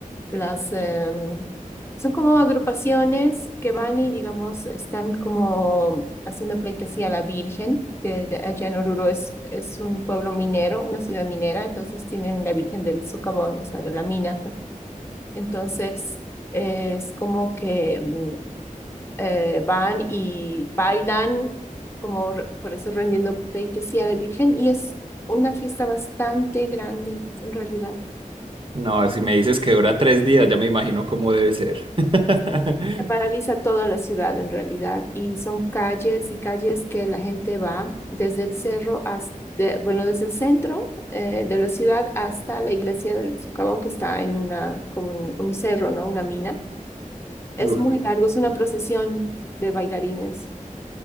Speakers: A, on the left (about 20°); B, on the right (about 40°).
A: las em, son como agrupaciones que van y digamos están como haciendo pleitesía a la Virgen, que de- allá en Oruro es, es un pueblo minero, una ciudad minera, entonces tienen la Virgen del Socavón, o sea, de la mina entonces, es como que mm, eh, van y bailan, como re- por eso rendiendo pleitesía a la Virgen, y es una fiesta bastante grande, en realidad.
B: No, si me dices que dura tres días, ya me imagino cómo debe ser. <laughs>
A: Sí. Se paraliza toda la ciudad, en realidad, y son calles y calles que la gente va desde el cerro hasta, bueno, desde el centro eh, de la ciudad hasta la iglesia del Socavón, que está en una, como en un cerro, ¿no? Una mina. Es
B: Uf.
A: muy largo, es una procesión de bailarines.